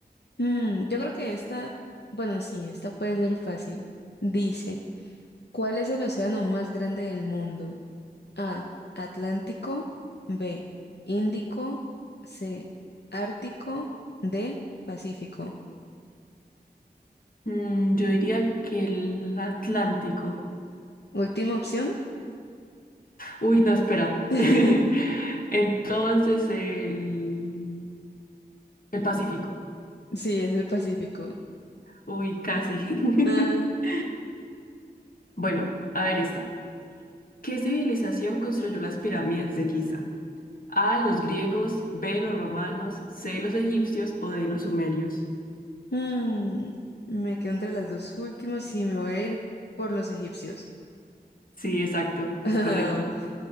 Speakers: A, on the left; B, on the left.
A: Mm, yo creo que esta, bueno, sí, esta puede ser fácil. Dice, ¿cuál es el océano más grande del mundo? A, Atlántico, B, Índico, C, Ártico, D, Pacífico.
B: Mm, yo diría que el Atlántico.
A: Última opción.
B: Uy, no, espera.
A: <laughs>
B: <laughs> Entonces el, el Pacífico.
A: Sí, es el Pacífico.
B: Uy, casi. <laughs>
A: Ah,
B: Bueno, a ver esta. ¿Qué civilización construyó las pirámides de Giza? A, los griegos, B, los romanos, C, los egipcios o D, los sumerios.
A: mm, me quedo entre las dos últimas y me voy a ir por los egipcios.
B: Sí, exacto,
A: <laughs>
B: es correcto.